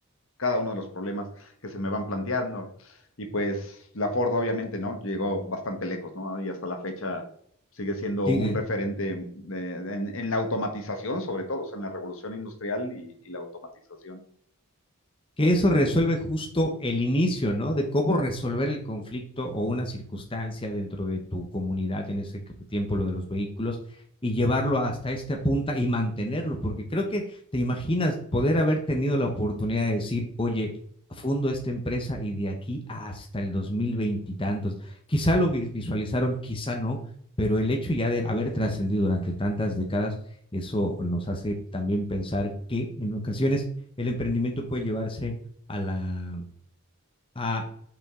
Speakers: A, on the left; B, on the left.
A: cada uno de los problemas que se me van planteando. Y pues la Ford obviamente, ¿no? Llegó bastante lejos, ¿no? Y hasta la fecha sigue siendo
B: Sigue.
A: un referente de- de, en, en la automatización, sobre todo, o sea, en la revolución industrial y, y la automatización.
B: que eso resuelve justo el inicio, ¿no? De cómo resolver el conflicto o una circunstancia dentro de tu comunidad, en ese tiempo lo de los vehículos, y llevarlo hasta esta punta y mantenerlo, porque creo que te imaginas poder haber tenido la oportunidad de decir, oye, fundo esta empresa y de aquí hasta el 2020 y tantos. Quizá lo visualizaron, quizá no, pero el hecho ya de haber trascendido durante tantas décadas, eso nos hace también pensar que en ocasiones el emprendimiento puede llevarse a la a